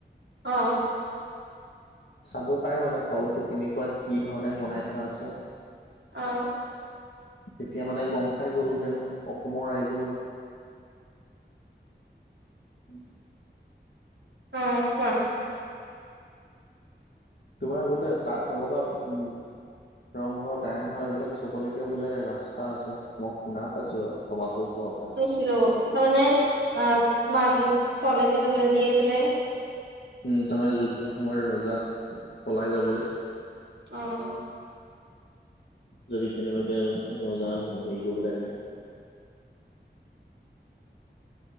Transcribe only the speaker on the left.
চাব পাৰে মানে তলটো কেনেকুৱা, কি ধৰণে বনাই থোৱা আছে।
তেতিয়া মানে গম পাই গ'লহেতেন অসমৰ ৰাইজেও উম।
তোমাৰ বোলে তাৰ তলৰ পা উম। ৰংঘৰ কাৰেংঘৰ এইবিলাক চবলৈকে বোলে ৰাস্তা আছে। মই শুনা পাইছো আৰু তলাতল <unintelligible>
উম তাৰমানে যুদ্ধ সময়ত ৰজা পলাই যাবলে।
যদি কেনেবাকে ৰজা হেৰি কৰিবলৈ আহে।